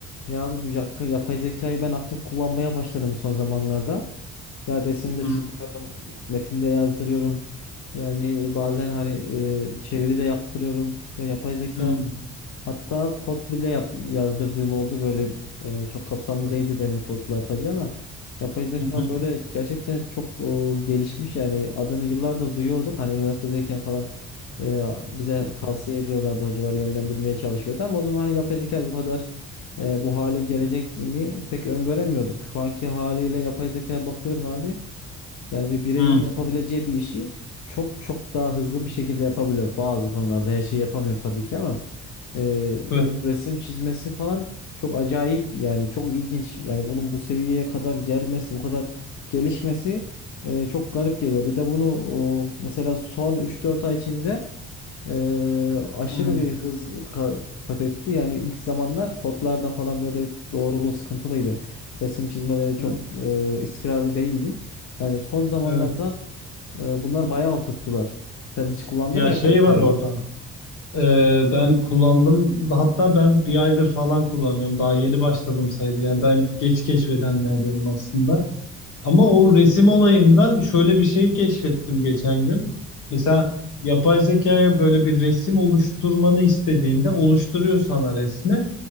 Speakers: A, on the left (about 65°); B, on the left (about 85°).
A: Ya abi bu yak- yapay zekayı ben aktif kullanmaya başladım son zamanlarda. Ya resimde
B: Hı,
A: çiziyorum, metinde yazdırıyorum. Yani bazen hani e, çeviri de yaptırıyorum. Ya yapay zeka
B: hı,
A: hatta kod bile yap- yazdırdığım oldu. Böyle e, çok kapsamlı
B: çok,
A: değildi benim kodlar tabii ama yapay zeka
B: hı, hı,
A: böyle gerçekten çok o, gelişmiş yani adını yıllardır duyuyorduk. Hani üniversitedeyken falan e, bize tavsiye ediyorlardı hocalar yönlendirmeye çalışıyordu ama o zaman hani yapay zeka bu kadar e, bu hale geleceğini pek öngöremiyorduk. Şu anki haliyle yapay zekaya bakıyorum abi. Yani bir bireyin
B: hı,
A: yapabileceği bir işi çok çok daha hızlı bir şekilde yapabiliyor. Bazı konularda her şeyi yapamıyor tabii ki ama e, bu
B: evet,
A: resim çizmesi falan çok acayip yani çok ilginç. Yani bunun bu seviyeye kadar gelmesi, bu kadar gelişmesi e, çok garip geliyor. Bir de bunu o, mesela son üç dört ay içinde Eee, aşırı
B: hı,
A: bir hız ka- kat etti. Yani ilk zamanlar kodlarda falan böyle doğruluğu sıkıntılıydı. Resim çizmeleri çok
B: hı,
A: eee, istikrarlı değildi. Yani son zamanlarda
B: evet.
A: eee, bunlar bayağı oturttular. Sen hiç kullandın
B: Ya
A: mı yapay
B: şey
A: zekayı?
B: var orada. Ee, ben kullandım. Hatta ben bir aydır falan kullanıyorum. Daha yeni başladım sayılır. Yani ben geç keşfedenlerdenim aslında. Ama o resim olayında şöyle bir şey keşfettim geçen gün. Mesela yapay zekaya böyle bir resim oluşturmanı istediğinde oluşturuyor sana resmi.